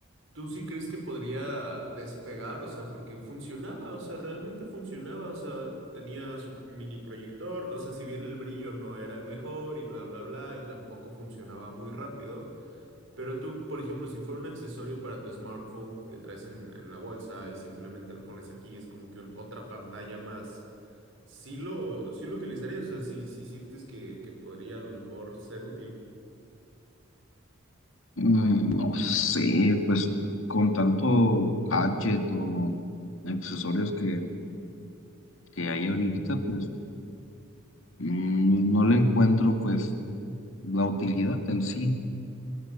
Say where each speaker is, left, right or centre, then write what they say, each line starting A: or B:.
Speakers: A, on the right; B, on the left.
A: tú sí crees que podría despegar? O sea, porque funcionaba, o sea, realmente funcionaba, o sea, tenía su mini proyector, o sea, si bien el brillo no era el mejor y bla, bla, bla, y tampoco funcionaba muy rápido, pero tú, por ejemplo, si fuera un accesorio para tu smartphone que traes en, en la bolsa y simplemente lo pones aquí, es como que un- otra pantalla más. Sí lo, sí lo utilizarías, o sea, sí, sí sientes que, que podría a lo mejor ser útil.
B: Mm, no sé, pues con tanto gadget o accesorios que, que hay ahorita, pues mm, no le encuentro pues la utilidad en sí.